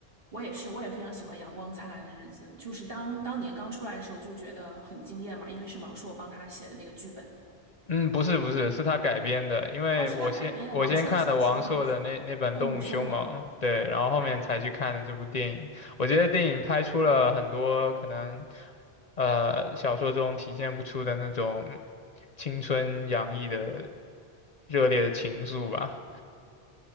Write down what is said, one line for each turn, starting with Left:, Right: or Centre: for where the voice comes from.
Right: 我也是，我也非常喜欢《阳光灿烂的日子》，就是当当年刚出来的时候就觉得很惊艳嘛，因为是王朔帮他写的那个剧本。
Left: <laughs> 嗯，
Right: 嗯。
Left: 不是不是，是他改编的，因为我先我先看了王朔的那那本《动物凶猛》，
Right: 哦，是他改编的王朔的小说吗？是《动物凶猛》。
Left: 对，然后后面才去看的这部电影。
Right: 对，
Left: 我觉得电影拍出了很多可能呃小说中体现不出的那种嗯青春洋溢的热烈的情愫吧。